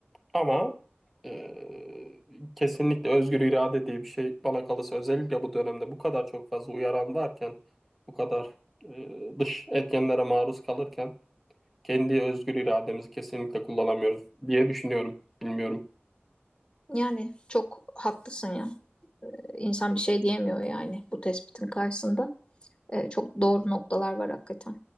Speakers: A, in the centre; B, on the left.
A: Ama e, kesinlikle özgür irade diye bir şey bana kalırsa özellikle bu dönemde bu kadar çok fazla uyaran varken, bu kadar e, dış etkenlere maruz kalırken kendi özgür irademizi kesinlikle kullanamıyoruz diye düşünüyorum. Bilmiyorum.
B: Yani çok haklısın ya. İnsan bir şey diyemiyor yani bu tespitin karşısında. E, çok doğru noktalar var hakikaten.